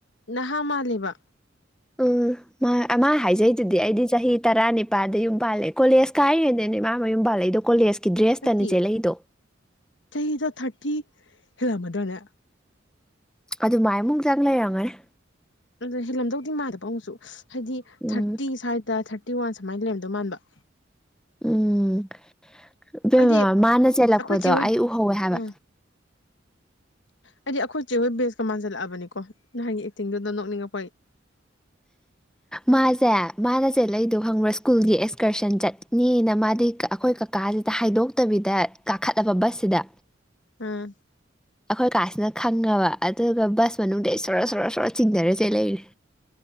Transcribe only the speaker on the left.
ꯅꯍꯥ ꯃꯥꯜꯂꯤꯕ
ꯅꯠꯇꯦ
ꯆꯍꯤꯗꯣ ꯊꯥꯔꯇꯤ ꯍꯦꯜꯂꯝꯃꯗ꯭ꯔꯅꯦ
ꯑꯗꯨꯏ ꯍꯦꯜꯂꯝꯗꯧꯗꯤ ꯃꯥꯟꯗꯕ ꯑꯃꯨꯛꯁꯨ ꯍꯥꯏꯗꯤ
ꯊꯥꯔꯇꯤ ꯁ꯭ꯋꯥꯏꯗ ꯊꯥꯔꯇꯤ ꯋꯥꯟ ꯁꯨꯃꯥꯏꯗꯤ ꯂꯩꯔꯝꯗꯧ ꯃꯥꯟꯕ
ꯑꯩꯗꯤ
ꯑꯩꯈꯣꯏ ꯆꯦꯍꯣꯏ
ꯑꯥ ꯑꯩꯗꯤ ꯑꯈꯣꯏ ꯆꯦ ꯍꯣꯏ ꯕꯦꯁꯀ ꯃꯥꯟꯖꯜꯂꯛꯑꯕꯅꯤꯀꯣ ꯅꯍꯥꯟꯒꯤ ꯑꯦꯛꯇꯤꯡꯗꯨꯗ ꯅꯣꯛꯅꯤꯡꯉꯛꯄꯩ <inaudible>
ꯎꯝ